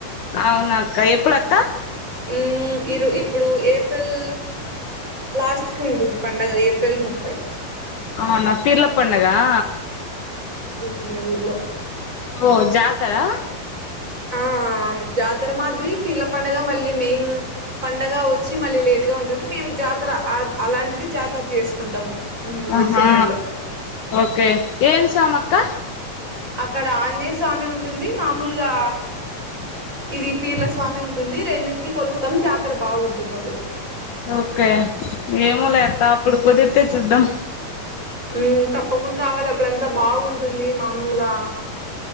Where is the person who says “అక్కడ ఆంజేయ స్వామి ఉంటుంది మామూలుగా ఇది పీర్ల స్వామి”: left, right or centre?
Right